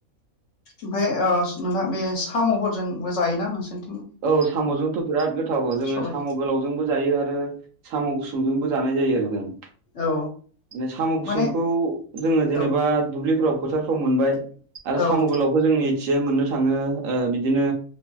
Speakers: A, on the left; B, on the right.
A: ओमफ्राय ओ नोंथां बे साम'फोरजोंबो जायोना नोंसोर?
B: औ साम'जोंथ' बिराद गोथाव, जोङो
A: सबाय
B: साम' गोलाव जोंबो जायो आरो साम' गुसुंजोंबो जानाय जायो आरो जों।
A: औ
B: साम' गुसुंखौ
A: माने
B: जोङो जेनेबा
A: औ
B: दुब्लिफ्राव फोथारफ्राव मोनबाय आरो
A: औ
B: साम' गोलावखौ जोंनिखिजाय मोननो थाङो बिदिनो